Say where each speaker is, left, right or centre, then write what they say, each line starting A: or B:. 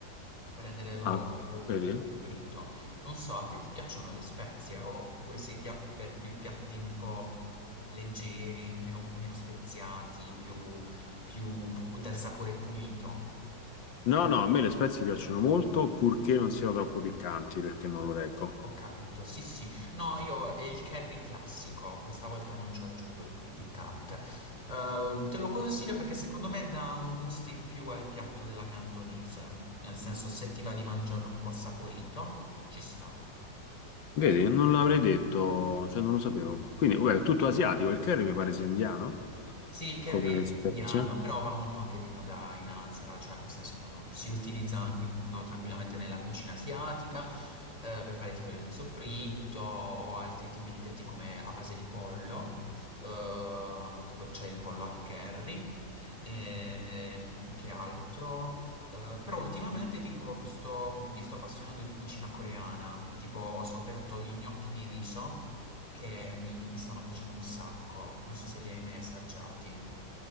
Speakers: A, on the left; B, on the left.
A: per renderlo
B: Ah,
A: più,
B: vedi?
A: più saporito. Non so, a te ti piacciono le spezie oppure sei pia- per più piatti un po' leggeri, meno, meno speziati, più, più pu- dal sapore pulito?
B: No, no, a me le spezie piacciono molto, purché non siano troppo piccanti, perché non lo reggo.
A: Ho capito, sì sì. No, io è il curry classico, questa volta non ci aggiungo il, il piccante. Ehm, te lo consiglio perché secondo me dà un boost in più al piatto della cantonese, nel senso se ti va di mangiarlo un po' saporito, ci sta.
B: Vedi, non l'avrei detto, cioè non lo sapevo. Quindi, vabbè, è tutto asiatico, il curry mi pare sia indiano,
A: Sì, il curry
B: come
A: è
B: spezia.
A: indiano, però va molto anche di moda in Asia, cioè nel senso si utilizza anche molto tranquillamente nella cucina asiatica, eh, per fare tipo il riso fritto o altri tipi di piatti come a base di pollo, eh, tipo c'è il pollo al curry, e che altro? Eh, però ultimamente tipo sto- mi sto appassionando di cucina coreana, tipo ho scoperto gli gnocchi di riso che mi, mi stanno piacendo un sacco. Non so se li hai mai assaggiati.